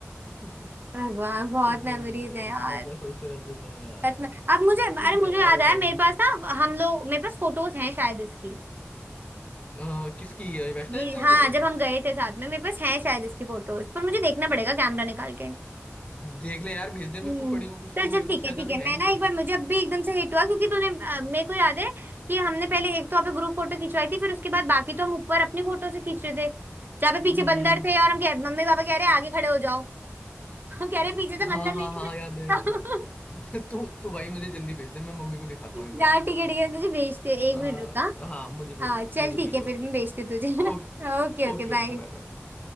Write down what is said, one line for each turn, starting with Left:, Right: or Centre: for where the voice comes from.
Left: <laughs>
Right: भगवान बहुत
Left: पता
Right: मेमोरीज
Left: नहीं भाई
Right: हैं यार
Left: क्या क्या सोचते रहते थे हम यार
Right: सच में अब मुझे
Left: सही
Right: अरे मुझे
Left: था यार
Right: याद
Left: वो
Right: आया
Left: टाइम
Right: मेरे
Left: भी
Right: पास ना हम लोग मेरे पास फोटोज हैं शायद इसकी
Left: अ, किसकी अ, वैष्णो
Right: ये
Left: देवी क्या
Right: हाँ
Left: करेगी
Right: जब हम गए थे साथ में मेरे पास हैं शायद इसकी फोटोज पर मुझे देखना पड़ेगा कैमरा निकाल के
Left: देख ले यार भेज दे मेरे
Right: हम्म
Left: को पड़ी हो कुछ
Right: चल
Left: तो
Right: चल
Left: मेरे
Right: ठीक
Left: पास शायद
Right: है ठीक
Left: अभी
Right: है
Left: है
Right: मैं
Left: नहीं
Right: ना
Left: कोई
Right: एक बार मुझे अब भी एकदम से हिट हुआ क्योंकि तूने अ, मेरे को याद है कि हमने पहले एक तो वहाँ पे ग्रुप फोटो खिंचवाई थी फिर उसके बाद बाकी तो हम ऊपर अपनी फोटो से खींच रहे थे जहाँ पे पीछे
Left: हम्म
Right: बंदर थे और हम कह मम्मी पापा कह रहे आगे खड़े हो जाओ <laughs> हम कह रहे पीछे से
Left: हाँ
Right: बंदर
Left: हाँ
Right: लेके
Left: हाँ
Right: चलो
Left: याद है याद है <laughs> तू तू भाई मुझे जल्दी भेज दे मैं मम्मी को दिखाता
Right: <laughs>
Left: हूँ एक बार
Right: हाँ ठीक है ठीक है तुझे भेजते एक
Left: आ,
Right: मिनट रुका हाँ
Left: हाँ मुझे भेज
Right: हाँ, चल
Left: मुझे
Right: ठीक
Left: भेज
Right: है
Left: Okay
Right: फिर मैं भेजती हूँ तुझे
Left: Okay
Right: <laughs> Okay okay
Left: okay
Right: bye
Left: okay bye bye